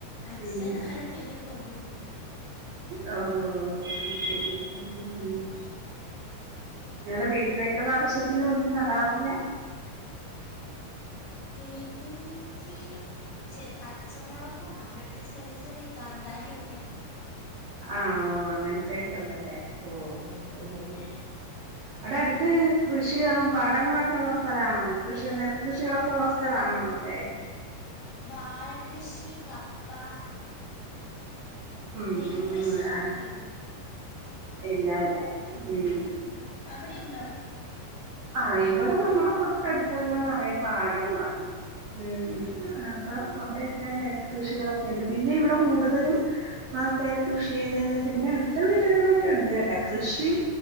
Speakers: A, on the left (about 60°); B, on the right (about 80°).
A: അച്ചച്ചന്റെ
B: ഉം
A: കാലം കഴിഞ്ഞപ്പോ ഒന്നൂല്ല.
B: ആഹ് <unintelligible> നിങ്ങടെ വീട്ടിലേക്കുള്ള ആവശ്യത്തിന് ഒന്നും നടാറില്ല?
A: വീട്ടിലേക്ക് ചെ പച്ചമൊളകും അങ്ങൻത്തെ ചെറിയ ചെറിയ കാന്താരിയൊക്കെ
B: ആഹ്, ഓഹ് അങ്ങൻത്തെയെക്കെ ഒള്ളല്ലേ ഓഹ് ഓഹ് ഓഹ് അടെ അടുത്ത് കൃഷികളും, പാടങ്ങളൊക്കെ ഉള്ള സ്ഥലാണോ കൃഷി, നെൽകൃഷികളൊക്കെ ഉള്ള സ്ഥലാണോ അവിടെ?
A: വാഴക്ക്രിഷി, കപ്പ
B: ഉം
A: നെൽകൃഷിയൊന്നും
B: ഉം <unintelligible>
A: അങ്ങനെ ഇല്ല
B: ഇല്ല അല്ലേ ഉം
A: ഇല്ല, അവിടെ ഇണ്ടോ?
B: ആഹ് ഇവിടെ നമ്മുടെ തൊട്ടടുത്ത് <unintelligible> പാടങ്ങളാണ്. ഉം ഉം. അപ്പൊ അവിടെയൊക്കെ നെൽകൃഷികളൊക്കെയുണ്ട്, പിന്നെ ഇവിടെ കൂടുതലും ആൾക്കാര് കൃഷി ചെയ്യുന്നേന്ന് വെച്ചാ പിന്നെ, അടുത്ത വീടുകളിലൊക്കെ ഉണ്ട് കേട്ടാ കൃഷി